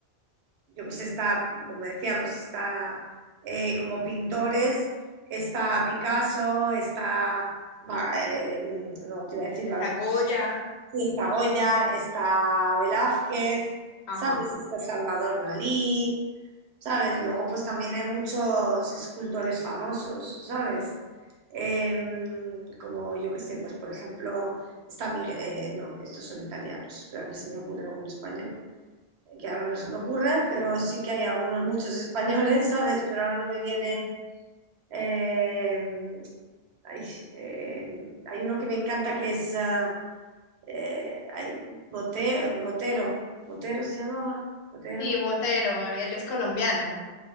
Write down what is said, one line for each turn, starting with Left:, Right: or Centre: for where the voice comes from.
Right: yo pues está, como decíamos, está eh, como pintores, está Picasso, está, Va- eh, no te iba a decir
Left: Está
Right: Van Gogh,
Left: Goya.
Right: sí, está Goya,
Left: mm,
Right: está Velázquez,
Left: Ajá.
Right: ¿sabes? Está Salvador Dalí, ¿sabes? Luego pues también hay muchos escultores famosos, ¿sabes? Em, como yo que sé, pues por ejemplo, está Miguel, eh, no, estos son italianos, espera que se me ocurre algún español que ahora no se me ocurre, pero sí que hay algunos, muchos españoles, <laughs> ¿sabes? Pero ahora no me viene...
Left: ujú.
Right: eh, ay, eh, hay uno que me encanta que es... ah, eh, ay, Bote- Botero. ¿Botero se llamaba? Botero.
Left: Sí, Botero, él es colombiano.